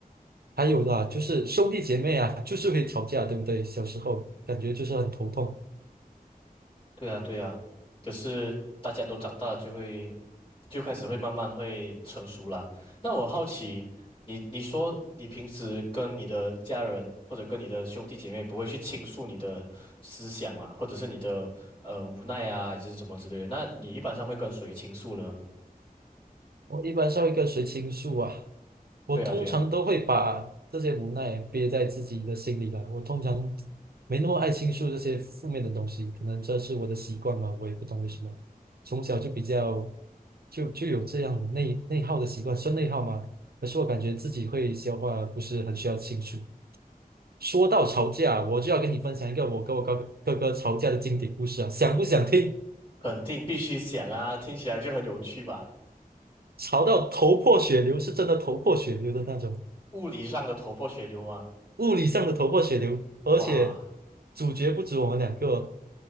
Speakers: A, on the right; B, on the left.
A: 还有的啊，就是兄弟姐妹啊，就是会吵架，对不对？小时候感觉就是很头痛。
B: 对啊，对啊。可是大家都长大了，就会就开始会慢慢会成熟啦。那我好奇，你你说你平时跟你的家人或者跟你的兄弟姐妹不会去倾诉你的思想嘛，或者是你的呃无奈啊，还是什么之类的？那你一般上会跟谁倾诉呢？
A: 我一般上一跟谁倾诉啊，我通常都会把这些无奈憋在自己的心里来。
B: 对啊，对啊，
A: 我通常没那么爱倾诉这些负面的东西，可能这是我的习惯嘛，我也不懂为什么。从小就比较就就有这样内内耗的习惯，算内耗吗？可是我感觉自己会消化，不是很需要倾诉。说到吵架，我就要跟你分享一个我跟我哥哥哥哥吵架的经典故事啊，想不想听？
B: 肯定必须想啊，听起来就很有趣吧？
A: 吵到头破血流，是真的头破血流的那种。
B: 物理上的头破血流啊，
A: 物理上的头破血流，而且
B: 哇
A: 主角不止我们两个，